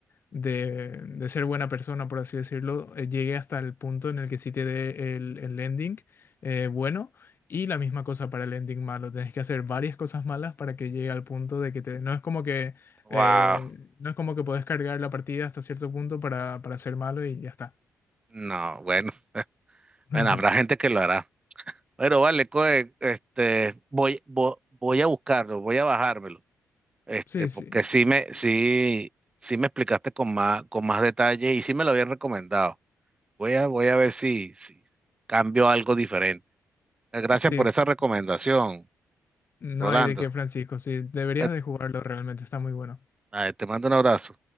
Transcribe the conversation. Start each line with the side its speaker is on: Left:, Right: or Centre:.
Left: de, de ser buena persona, por así decirlo, eh, llegue hasta el punto en el que sí te dé el, el ending eh, bueno y la misma cosa para el ending malo. Tienes que hacer varias cosas malas para que llegue al punto de que te... No es como que,
Right: Wow.
Left: eh, no es como que puedes cargar la partida hasta cierto punto para, para ser malo y ya está.
Right: No, bueno,
Left: <laughs>
Right: bueno, habrá gente que lo hará. Pero vale, coe, este, voy, vo- voy, a buscarlo, voy a bajármelo. Este,
Left: Sí,
Right: porque
Left: sí,
Right: sí me, sí, sí me explicaste con más, con más detalle y sí me lo habían recomendado. Voy a, voy a ver si, si cambio algo diferente. Gracias
Left: sí,
Right: por
Left: sí.
Right: esa recomendación,
Left: no
Right: Rolando.
Left: hay de qué, Francisco. Sí, deberías
Right: Eh,
Left: de jugarlo realmente, está muy bueno.
Right: ah, te mando un abrazo.